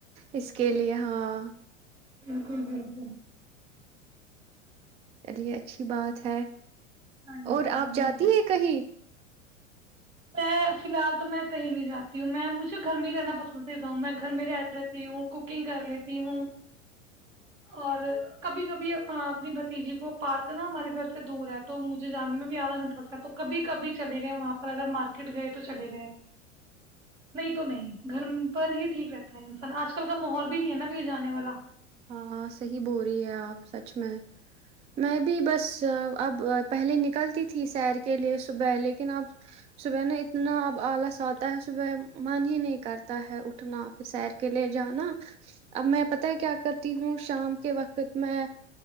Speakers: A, on the right (about 15°); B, on the right (about 80°).
A: اس کے لیے ہاں
B: بالکل بالکل
A: چلیے اچھی بات ہے
B: ہاں
A: اور
B: جی
A: آپ جاتی
B: ہاں جی۔
A: ہے کہیں
B: میں فی الحال تو میں کہیں نہیں جاتی ہوں میں مجھے گھر میں ہی رہنا پسند کر رہ ہوں میں گھر میں رہ لیتی ہوں کوکنگ کر لیتی ہوں اور کبھی کبھی اپنی بھتیجی کو پارک نا ہمارے گھر سے دور ہے تو مجھے جانے میں بھی آدھا گھنٹہ لگتا ہے تو کبھی کبھی چلے گئے وہاں پہ اگر مارکیٹ گئے تو چلے گئے نہیں تو نہیں گھر پر ہی ٹھیک رہتا ہے انسان آج کل کا ماحول بھی نہیں ہے نا کہیں جانے والا
A: ہاں صحیح بول رہی ہے آپ سچ میں میں بھی بس اب پہلے نکلتی تھی سیر کے لیے صبح لیکن اب صبح نا اتنا اب آلس آتا ہے صبح من ہی نہیں کرتا ہے اٹھنا پھر سیر کے لیے جانا اب میں پتتا ہے کیا ہوں شام کے وقت میں